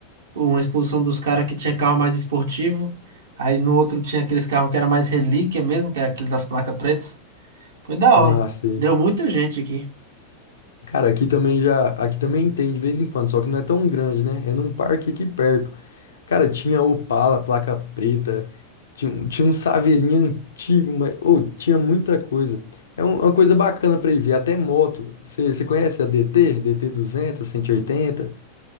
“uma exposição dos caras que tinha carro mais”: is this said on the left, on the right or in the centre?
Right